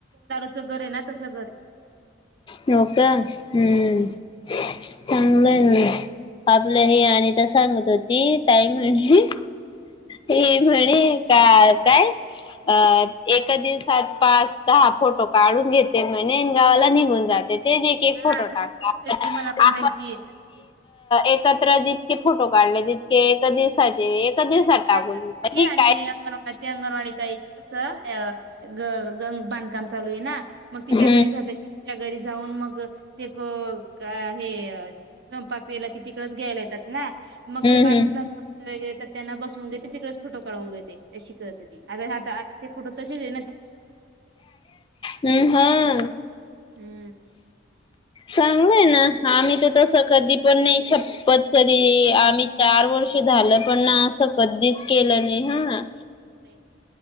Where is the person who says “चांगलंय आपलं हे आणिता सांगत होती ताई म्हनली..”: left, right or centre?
Left